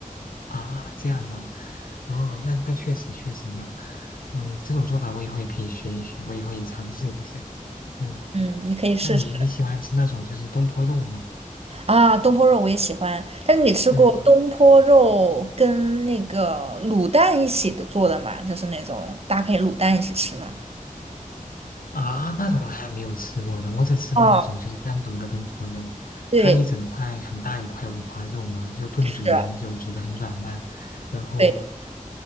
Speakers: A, on the left; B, on the right.
A: 啊。这样啊，哦，那那确实确实呢，嗯，这种做法我以后也可以学一学，我以后也尝试一下。嗯，
B: 嗯，你可以试试
A: 那你你喜欢吃那种就是东坡肉吗？
B: 啊，东坡肉我也喜欢，但是你吃过东坡肉跟那个卤蛋一起的做的嘛？
A: 嗯。
B: 就是那种搭配卤蛋一起吃的。
A: 啊，那种还没有吃过呢，我只吃过那种就是单独的东坡肉，
B: 哦，对，
A: 它一整块很大一块五花肉嘛，就炖煮了很久，
B: 是，
A: 煮的很软烂，然后
B: 对。